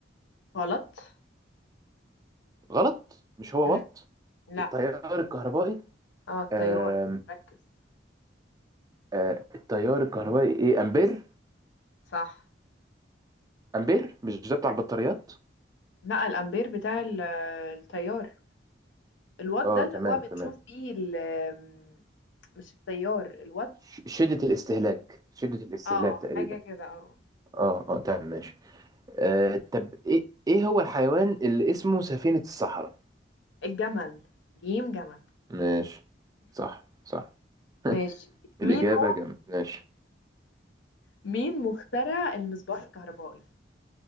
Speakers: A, on the left; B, on the right.
A: غلط
B: غلط مش هو
A: مم.
B: وات
A: لا
B: التيار الكهربائي
A: اه التيار
B: أم،
A: ركز
B: أه، التيار الكهربائي ايه امبير
A: صح
B: امبير مش ده بتاع البطاريات
A: أيوة. لا الأمبير بتاع ال- آه، التيار الوات
B: اه
A: ده اللي
B: تمام
A: هو
B: تمام
A: بنشوف بيه ال- مش التيار الوات
B: ش- شدة الاستهلاك شدة الاستهلاك
A: اه
B: تقريبا
A: حاجة كده اه
B: اه اه تمام ماشي آه، طب ايه ايه هو الحيوان اللي اسمه سفينة الصحراء
A: الجمل جيم جمل
B: ماشي صح صح <laughs>
A: ماشي
B: الإجابة
A: مين هو
B: جامد ماشي
A: مين مخترع المصباح الكهربائي